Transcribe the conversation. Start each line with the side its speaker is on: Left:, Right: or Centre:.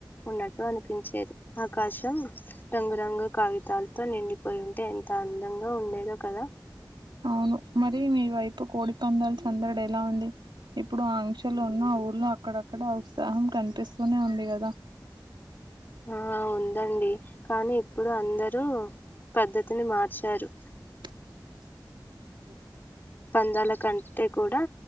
Left: ఉన్నట్టు అనిపించేది ఆకాశం రంగురంగు కాగితాలతో నిండిపోయి ఉంది అంటే ఎంత అందంగా ఉండేదో కదా
Right: అవును మరి మీ వైపు కోడి పందాలు సందడి ఎలా ఉంది ఇప్పుడు ఆ ఆంక్షలు ఉన్న ఊర్లో అక్కడక్కడ ఉత్సాహం కనిపిస్తూనే ఉంది కదా <inaudible>
Left: ఆ ఉందండి కానీ ఇప్పుడు అందరు పద్ధతిని మార్చారు
Right: <inaudible> <inaudible>
Left: పందాల కంటే కూడా